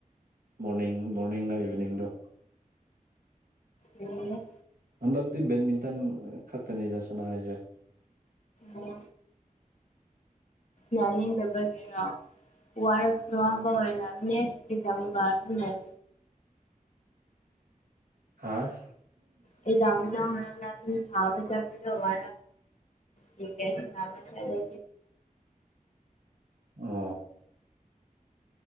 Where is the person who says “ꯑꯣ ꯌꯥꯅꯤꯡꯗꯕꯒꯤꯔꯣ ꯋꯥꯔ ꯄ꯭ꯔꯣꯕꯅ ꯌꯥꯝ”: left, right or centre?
Left